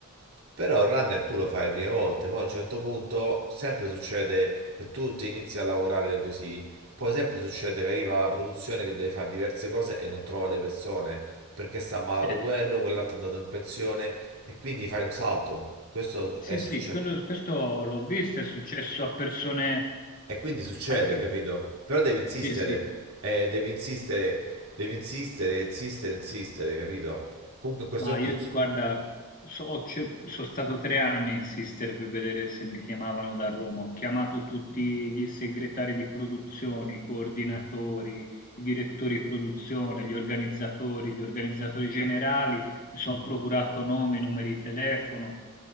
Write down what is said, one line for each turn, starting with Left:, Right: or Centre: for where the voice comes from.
Right: Però il runner tu lo fai le prime volte, poi a un certo punto sempre succede, se tu ti inizi a lavorare così, poi sempre succede che arriva la produzione che deve fare diverse cose e non trova le persone, perché sta malato
Left: Sì.
Right: quello, quell'altro è andato in pensione e quindi fai un salto. Questo
Left: Sì,
Right: è successo.
Left: sì, quello- questo l'ho visto, è successo a persone
Right: E quindi succede,
Left: a che...
Right: capito? Però devi insistere,
Left: Sì, sì,
Right: eh, devi insistere, devi insistere, insistere, insistere, capito? Comunque in questo
Left: ma io
Right: momento...
Left: guarda, so- ho cer- sono stato tre anni a insistere per vedere se mi chiamavano da Roma, ho chiamato tutti gli segretari di produzione, i coordinatori, i direttori di produzione, gli organizzatori, gli organizzatori generali, mi sono procurato nomi, numeri di telefono,